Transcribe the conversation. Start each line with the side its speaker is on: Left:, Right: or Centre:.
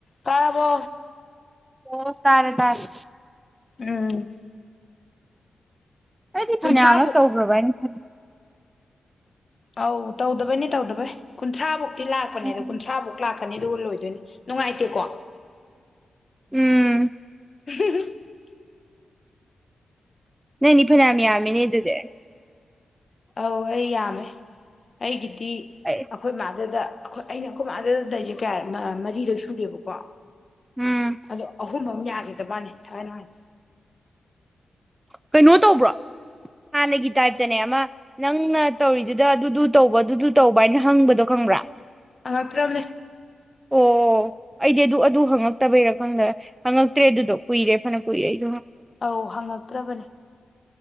Left: ꯀꯕꯣ
Right: ꯑꯣ ꯇꯥꯔꯦ ꯇꯥꯔꯦ
Left: ꯎꯝ
Right: ꯑꯩꯗꯤ ꯐꯅꯌꯥꯝꯅ
Left: ꯀꯨꯟꯊ꯭ꯔꯥꯕꯨꯛ
Right: ꯇꯧꯈ꯭ꯔꯣꯕ ꯍꯥꯏꯩꯅ ꯈ
Left: ꯑꯧ ꯇꯧꯗꯕꯩꯅꯤ ꯇꯧꯗꯕꯩ ꯀꯨꯟꯊ꯭ꯔꯥꯕꯨꯨꯛ ꯂꯥꯛꯄꯅꯦꯗ
Right: ꯎꯝ
Left: ꯀꯨꯟꯊ꯭ꯔꯥꯃꯨꯛ ꯂꯥꯛꯄ ꯀꯅꯤ ꯑꯗꯨꯒ ꯂꯣꯏꯗꯣꯏꯅꯤ ꯅꯨꯡꯉꯥꯏꯇꯦꯀꯣ
Right: ꯎꯝ
Left: <unintelligible>
Right: ꯅꯪꯅꯤ ꯐꯅꯌꯥꯝ ꯌꯥꯝꯃꯤꯅꯦ ꯑꯗꯨꯗꯤ
Left: ꯑꯧ ꯑꯩ ꯌꯥꯝꯃꯦꯦ ꯑꯩꯒꯤ ꯁꯤ
Right: ꯑꯩ
Left: ꯑꯩꯈꯣꯏ ꯃꯥꯗꯗ ꯑꯩꯈꯣꯏ ꯑꯩꯅ ꯑꯩꯈꯃꯥꯗ ꯂꯩꯁꯦ ꯀꯌꯥ ꯃꯔꯤꯗ ꯁꯨꯗꯦꯕꯀꯣ
Right: ꯎꯝ
Left: ꯑꯗꯣ ꯑꯍꯨꯝ ꯌꯥ ꯕꯥꯅꯤ ꯊꯅ ꯍꯥꯏ
Right: ꯀꯩꯅꯣ ꯇꯧꯕ꯭ꯔꯣ ꯍꯥꯟꯅꯒꯤ ꯇꯥꯏꯞꯇꯅꯦ ꯑꯃ ꯅꯪꯅ ꯇꯧꯔꯤꯗꯨꯗ ꯑꯗꯨꯗꯨ ꯇꯧꯕ ꯑꯗꯨꯗꯨ ꯇꯧꯕ ꯍꯥꯏꯅ ꯍꯪꯕꯗꯣ ꯈꯪꯕ꯭ꯔꯥ
Left: ꯑꯈ꯭ꯔꯝꯅꯦ
Right: ꯑꯣ ꯑꯩꯗꯤ ꯑꯗꯨ ꯑꯗꯨ ꯍꯪꯉꯛꯇꯕꯩꯔꯥ ꯈꯪꯗ꯭ꯔꯦ ꯍꯪꯉꯛꯇ꯭ꯔꯦ ꯑꯗꯨꯗꯣ ꯀꯨꯏꯔꯦ ꯐꯅ ꯀꯨꯏꯔꯦ ꯑꯩ
Left: ꯑꯧ ꯍꯪꯉꯛꯇ꯭ꯔꯕ